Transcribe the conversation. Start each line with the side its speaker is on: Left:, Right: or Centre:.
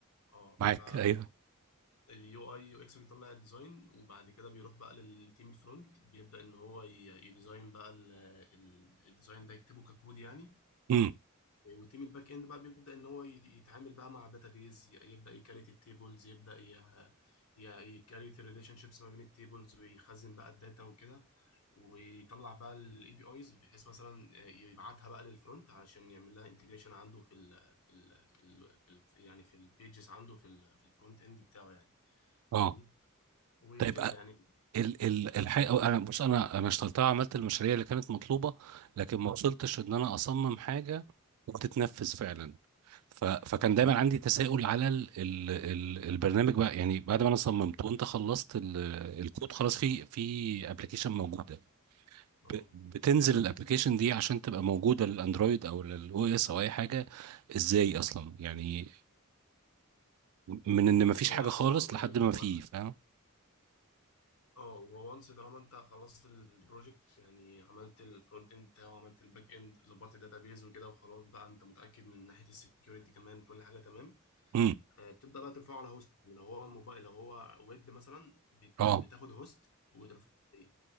Left: اه
Right: معاك أيوه
Left: فاليو اي يو اكس بيطلع الديزاين وبعد كده بيروح بقى للتيم الفرونت بيبدأ ان هو ي- يديزاين بقى ال- ال- الديزاين ده يكتبه ككود يعني
Right: امم
Left: وتيم الباك اند بقى بيبدا ان هو يت- يتعامل بقى مع بيز يبدا يكريت التيبلز يبدا ي- ي- يكريت الريليشن شيبس ما بين التيبلز ويخزن بقى الداتا وكده ويطلع بقى الاي بي ايز بحيث مثلا آه، يبعتها بقى للفرونت علشان يعمل لها انتجريشن عنده في ال في ال في, ال في ال يعني في البيجز عنده في ال في الفرونت اند بتاعه يعني
Right: آه
Left: فاهمني وكده
Right: طيب آه،
Left: يعني
Right: ال ال الحقيقة أنا بص أنا أنا اشتغلتها وعملت المشاريع اللي كانت مطلوبة لكن ما وصلتش
Left: مم.
Right: إن أنا أصمم حاجة وبتتنفذ فعلا ف... فكان دايما عندي تساؤل على ال... ال... ال... البرنامج بقى يعني بعد ما انا صممته وانت خلصت ال... الكود خلاص في في ابلكيشن موجوده
Left: اه
Right: ب... بتنزل الابلكيشن دي عشان تبقى موجوده للاندرويد او للاو اس او اي حاجه ازاي اصلا يعني من ان
Left: بص
Right: مفيش
Left: هو
Right: حاجه
Left: هو
Right: خالص
Left: هو,
Right: لحد ما في فاهم
Left: اه هو وانس طالما انت خلصت البروجكت يعني عملت الفرونت اند بتاعه وعملت الباك اند ظبطت الداتابيز وكده وخلاص بقى انت متاكد من ناحيه السكيورتي كمان كل حاجه تمام
Right: امم
Left: آه، بتبدا بقى ترفعه على هوست يعني لو هو موبايل لو هو ويب مثلا بت-
Right: اه
Left: بتاخد هوست وترفعه عليه